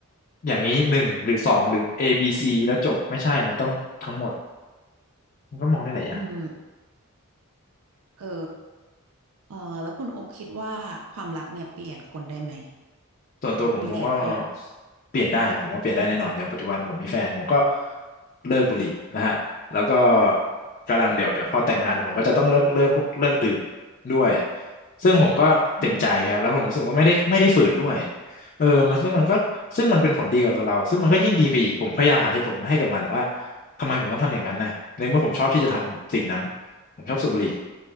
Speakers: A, on the left (about 40°); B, on the right (about 70°).
A: อย่างนี้หนึ่งหรือสองหรือ A B C แล้วจบไม่ใช่มันต้องทั้งหมดมันก็มองได้หลายอย่าง
B: อืมเออเออแล้วคุณโอคิดว่าความรักเนี่ยเปลี่ยนคนได้ไหม
A: ส่วนตัวผมมองว่า
B: แบบเปลี่ยนคน
A: เปลี่ยนได้ผมว่าเปลี่ยนได้แน่นอนอย่างปัจจุบันผมมีแฟนผมก็เลิกบุหรี่นะฮะแล้วก็กำลังเดี๋ยวเดี๋ยวพอแต่งงานเดี๋ยวผมก็จะต้องเลิกเริ่มพวกเลิกดื่มด้วยซึ่งผมก็เต็มใจครับแล้วผมรู้สึกว่าไม่ได้ไม่ได้ฝืนด้วย
B: อืม
A: เออมันซึ่งมันก็ซึ่งมันเป็นผลดีกับตัวเราซึ่งมันก็ยิ่งดีไปอีกผมพยายามหาเหตุผลมาให้กับมันว่าทำไมผมต้องทำอย่างนั้นนะในเมื่อผมชอบที่จะทำสิ่งนั้นผมชอบสูบบุหรี่